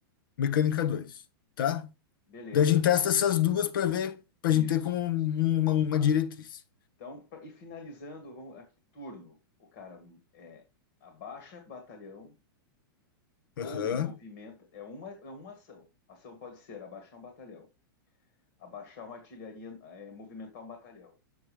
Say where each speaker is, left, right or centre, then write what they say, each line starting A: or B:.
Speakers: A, on the left; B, on the left.
A: Mecânica dois tá?
B: Beleza.
A: Daí a gente testa essas duas para ver, para
B: Isso.
A: a gente ter como uma, uma
B: Tá.
A: diretriz.
B: Então, pra- e finalizando, vamos aqui, turno. O cara é abaixa batalhão ou
A: Aham.
B: movimenta. É uma, é uma ação. A ação pode ser abaixar um batalhão, abaixar uma artilharia, é, movimentar um batalhão.